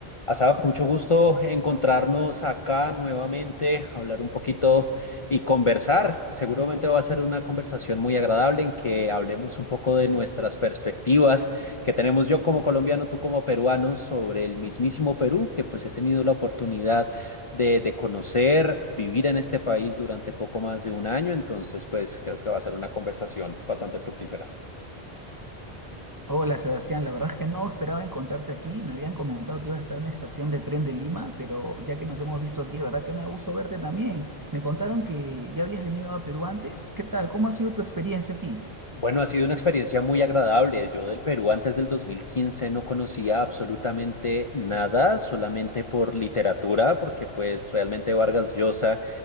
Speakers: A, on the left; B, on the right.
A: Asaf, mucho gusto encontrarnos acá nuevamente, hablar un poquito y conversar. Seguramente va a ser una conversación muy agradable en que hablemos un poco de nuestras perspectivas que tenemos yo como colombiano, tú como peruano, sobre el mismísimo Perú, que pues he tenido la oportunidad de, de conocer, vivir en este país durante poco más de un año. Entonces, pues creo que va a ser una conversación bastante fructífera.
B: Hola Sebastián, la verdad es que no esperaba encontrarte aquí. Me habían comentado que ibas a estar en la estación de tren de Lima, pero ya que nos hemos visto aquí, la verdad que me da gusto verte también. Me contaron que ya habías venido a Perú antes. ¿Qué tal? ¿Cómo ha sido tu experiencia aquí?
A: Bueno, ha sido una experiencia muy agradable. Yo del Perú antes del 2015 no conocía absolutamente nada, solamente por literatura, porque pues realmente Vargas Llosa